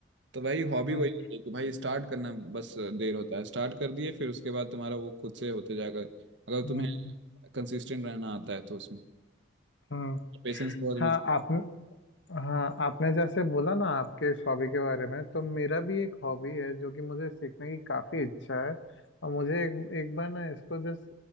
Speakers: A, on the right; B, on the left.
A: तो भाई हॉबी
B: हम्म
A: वही है कि भाई स्टार्ट करना बस देर होता है स्टार्ट कर दिए फिर उसके बाद तुम्हारा वो खुद से होते जाकर अगर
B: हम्म
A: तुम्हें
B: हम्म
A: कंसिस्टेंट रहना आता है तो उसमें
B: हम्म।
A: पेशेंस बहुत
B: हाँ
A: भी
B: आप हाँ आपने जैसे बोला ना आपके इस हॉबी के बारे में तो मेरा भी एक हॉबी है जो कि मुझे सीखने की काफ़ी इच्छा है और मुझे एक, एक बार ना इसको जस्ट